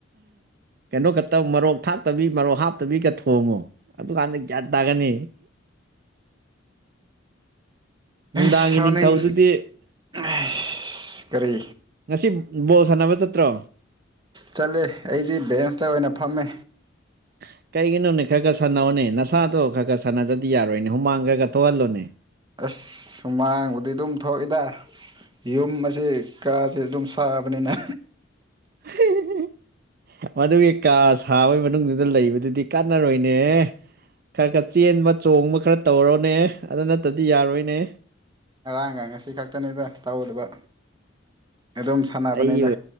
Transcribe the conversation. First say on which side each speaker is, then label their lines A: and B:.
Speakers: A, on the right; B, on the right.
A: ꯀꯩꯅꯣ ꯈꯛꯇ ꯃꯔꯣꯛ ꯊꯥꯛꯇꯕꯤ ꯃꯔꯣꯛ ꯍꯥꯞꯇꯕꯤꯒꯠꯣꯛ ꯍꯣꯡꯉꯣ ꯑꯗꯨꯀꯥꯟꯗ ꯒ꯭ꯌꯥꯟ ꯇꯥꯒꯅꯤ ꯅꯨꯡꯗꯥꯡꯒꯤ
B: ꯑꯁ ꯁꯥꯎꯅꯤꯡ
A: ꯅꯤꯡꯊꯧꯗꯨꯗꯤ
B: ꯑꯩꯁ ꯀꯔꯤ
A: ꯉꯁꯤ ꯣ ꯁꯅꯕ ꯆꯠꯇ꯭ꯔꯣ
B: ꯆꯠꯂꯦ ꯑꯩꯗꯤ ꯕꯦꯟꯁꯇ ꯑꯣꯏꯅ ꯐꯝꯃꯦ
A: <unintelligible> ꯀꯩꯒꯤꯅꯣꯅꯦ ꯈꯔ ꯈꯔ ꯁꯥꯟꯅꯣꯅꯦ ꯅꯁꯥꯗꯣ ꯈꯔ ꯈꯔ ꯁꯥꯟꯅꯗꯗꯤ ꯌꯥꯔꯣꯏꯅꯦ ꯍꯨꯃꯥꯡ ꯈ꯭ꯔꯒꯥ ꯊꯣꯛꯍꯜꯂꯣꯅꯦ
B: ꯑꯁ ꯁꯨꯃꯥꯡꯕꯨꯗꯤ ꯑꯗꯨꯝ ꯊꯣꯛꯏꯗ ꯌꯨꯝ ꯑꯁꯤ ꯀꯥꯁꯦ ꯑꯗꯨꯝ ꯐꯥꯕꯅꯦꯅ
A: <unintelligible> ꯃꯗꯨꯒꯤ ꯀꯥ ꯁꯥꯕꯒꯤ ꯃꯅꯨꯡꯗꯨꯗ ꯂꯩꯕꯗꯨꯗꯤ ꯀꯥꯟꯅꯔꯣꯏꯅꯦ ꯈꯔ ꯈꯔ ꯆꯦꯟꯕ ꯆꯣꯡꯕ ꯈꯔ ꯇꯧꯔꯣꯅꯦ ꯑꯗꯨ ꯅꯠꯇꯗꯤ ꯌꯥꯔꯣꯏꯅꯦ
B: ꯉꯔꯥꯡꯒ ꯉꯁꯤ ꯈꯛꯇꯅꯤꯗ ꯇꯧꯗꯕ ꯑꯗꯨꯝ ꯁꯥꯟꯅꯕꯅꯤꯗ
A: ꯑꯩ ꯍ